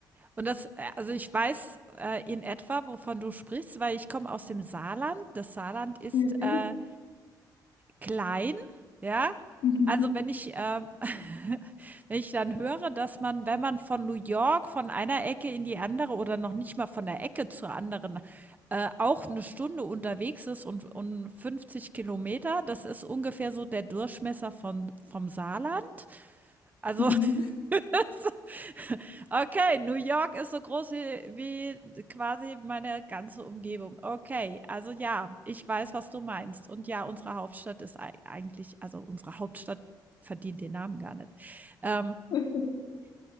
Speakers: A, on the right (about 20°); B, on the left (about 70°).
A: Und das äh, also, ich weiß, äh, in etwa, wovon du sprichst, weil ich komme aus dem Saarland. Das Saarland ist,
B: Ja.
A: äh Klein, ja?
B: Mhm.
A: Also, wenn ich, ähm <laughs> wenn ich dann höre, dass man, wenn man von New York von einer Ecke in die andere oder noch nicht mal von der Ecke zur anderen, äh, auch eine Stunde unterwegs ist und und 50 Kilometer, das ist ungefähr so der Durchmesser von vom Saarland. Also,
B: Mhm.
A: <laughs> Okay, New York ist so groß wie, wie quasi meine ganze Umgebung. Okay, also ja, ich weiß, was du meinst. Und ja, unsere Hauptstadt ist ei- eigentlich, also unsere Hauptstadt verdient den Namen gar nicht. Ähm,
B: <laughs>